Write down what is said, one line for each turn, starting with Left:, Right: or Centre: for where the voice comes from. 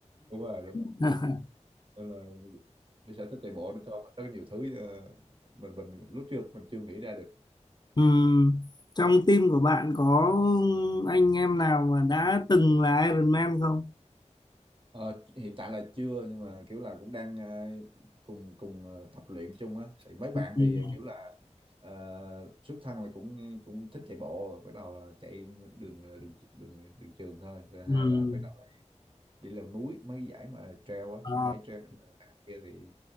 Right: đúng rồi đúng
Left: <laughs>
Right: rồi đúng rồi Nên là đi sở thích chạy bộ nó cho mình rất nhiều thứ ờ, mình mình lúc trước mình chưa nghĩ ra được
Left: Ừm, Trong team của bạn có anh em nào mà đã từng là Iron Man không?
Right: Ờ, hiện tại là chưa nhưng mà kiểu là cũng đang ờ, cùng cùng ờ, tập luyện chung á thì mấy bạn
Left: Ừm,
Right: thì kiểu là ờ, xuất thân là cũng cũng thích chạy bộ bắt đầu là chạy đường ờ, đường đường đường trường thôi rồi hai
Left: ừm,
Right: là bắt đầu đi leo núi mấy cái giải mà trail á
Left: ờ,
Right: mấy giải trail kia thì